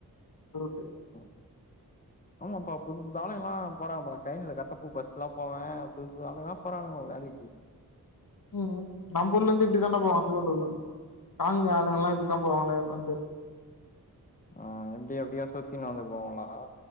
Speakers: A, on the left (about 65°); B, on the left (about 20°).
A: ரூட்டு
B: ம் ஆமாப்பா புது புது ஆளுங்கல்லா போறாங்கப்பறா கைன்ல கர்ட்டாப் பூப் பரிஸ்ட்லாம் போவே புது புது ஆளுங்லாம் போறானுங்கோ வேலகி
A: ம் நம் ஊர்லந்து இப்டிதான்டா போவா அசலூர்லருந்த கால்னி ஆளுங்கல்லா இப்டிதா போவாங்கலே வந்து
B: ஆ எப்டி அப்டிகா சுத்தினு வந்து போவாங்ளா